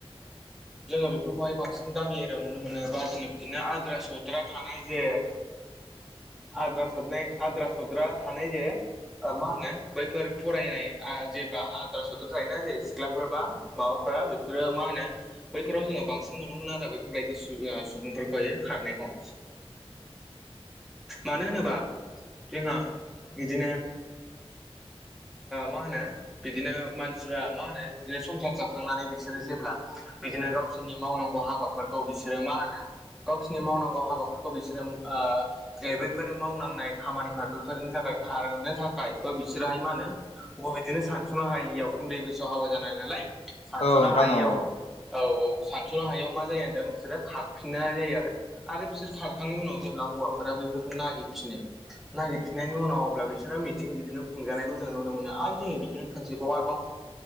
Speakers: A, in the centre; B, on the left.
A: जोङो बेफोरखौहाय बांसिन गामि एरियाव नुनो मोनो बा जोङो बिदिनो आद्रा सौद्रा थानाय जे आद्रा सरनाय आद्रा -सद्रा थानाय जे मा होनो बैफोर फरायनाय जेब्ला आद्रा सद्रा थायोना जे सिख्ला फोरबा माबाफोरा बेफोरो मा होनो बैफोराव जोङो बांसिन नुनो मोनो आरो बेफोरबायदि सुबुंफोरखौहायो खारनायखौ मानो होनोबा जोंहा बिदिनो मा होनो बिदिनो मानसिफ्रा मा होनो बिदिनो संसार जाखांनानै बिसोरो जेब्ला बिदिनो गावसोरनि मावनांगौ हाबाफोरखौ बिसोरो मा होनो गावसोरनि मावनांगौ हाबाफोरखौ बिसोरो जे बैफोर मावनांनाय खामानिफोर बेफोरनि थाखाय खारनो थाखाय बा बिसोरहाय मा होनो अबा बिदिनो सानस'नो हायियाव उन्दै बैसोआव हाबा जानाय नालाय सानस'नो
B: औ नोंथां
A: हायियाव
B: औ
A: औ औ सानस'नो हायियाव मा जायो होनदों बिसोरो खारफिननाय जायो आरो। आरो बिसोर खारखांनायनि उनाव जेब्ला हौवाफोरा बैफोरखौ नागिरफिनो। नागिरफिननायनि उनाव अब्ला बिसोरो मिथिं बिदिनो खुंजानायखौ जों नुनो मोनो आरो जोंङो बिदिनो खनसेबाव आरोबाव।